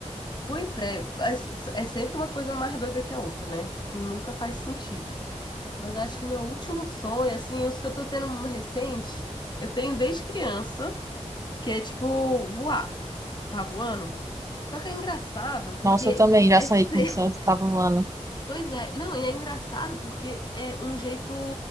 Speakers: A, on the left; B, on the right.
A: Pois é, mas é sempre uma coisa mais doida que a outra, né? Que nunca faz sentido. Mas acho que meu último sonho, assim, os que eu tô tendo um recente, eu tenho desde criança, que é tipo voar, tá voando. Só que é engraçado porque
B: Nossa, eu também já
A: é
B: sonhei
A: ser.
B: com o sonho
A: <laughs>
B: que tava voando.
A: Pois é, não, e é engraçado porque é um jeito,